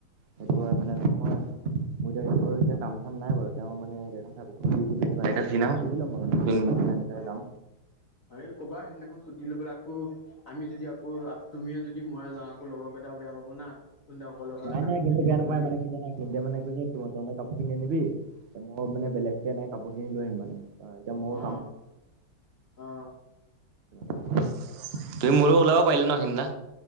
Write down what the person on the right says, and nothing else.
সেইটো হয় মানে মই মই এয়া এতিয়া বাৰ এয়া কাম চাম নাই বাৰু তেওঁ মানে <unintelligible> সুধি ল'ম বাৰু। উম সেনেকাই
যাম।
নাই
নাই সিহঁতে
বেয়া নাপাই
মানে কি জানা সিহঁতে মানে কৈছে তই - তই মোৰ কাপোৰ খিনি আনিবি মই মানে বেলেগ কেনে কাপোৰ লৈ আহিম মানে আহ এতিয়া মই
<unintelligible> তুমি
মোৰো লগত ওলাব পাৰিলা ন সেইনা।